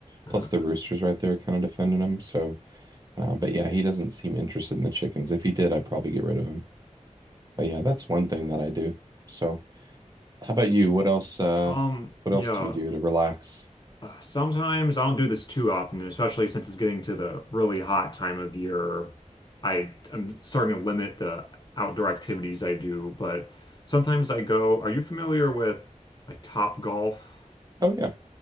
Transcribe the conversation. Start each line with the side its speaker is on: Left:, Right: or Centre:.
Left: <laughs>
Right: Plus the rooster's right there kind of defending him. So, uh, but yeah, he doesn't seem interested in the chickens. If he did, I'd probably get rid of him. But yeah, that's one thing that I do. So. How about you? What else uh
Left: Um,
Right: what
Left: yeah.
Right: else do you do to relax?
Left: Uh, Sometimes I don't do this too often, and especially since it's getting to the really hot time of year. I am starting to limit the outdoor activities I do, but sometimes I go, are you familiar with like Top Golf?
Right: Oh yeah.